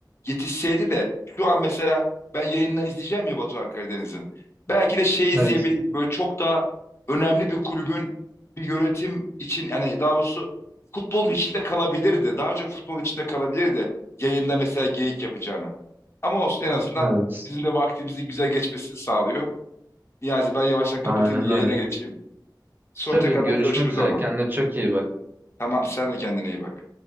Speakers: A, on the left; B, on the right.
A: yetişseydi de şu an mesela ben yayından izleyeceğim ya Batuhan Karadeniz'in. Belki de şey izleyebilir.
B: Evet,
A: Böyle çok daha önemli bir kulübün bir yönetim için yani daha doğrusu futbolun içinde kalabilirdi. Daha çok futbolun içinde kalabilirdi. Yayında mesela geyik yapacağına. Ama olsun en azından
B: evet.
A: bizim de vaktimizi güzel geçmesini sağlıyor. Niyazi ben yavaştan kapatayım
B: Aynen
A: da yayına
B: öyle.
A: geçeyim. Sonra
B: Tabii
A: tekrardan
B: görüşmek
A: görüşürüz
B: üzere.
A: ama.
B: Kendine çok iyi bak.
A: Tamam sen de kendine iyi bak.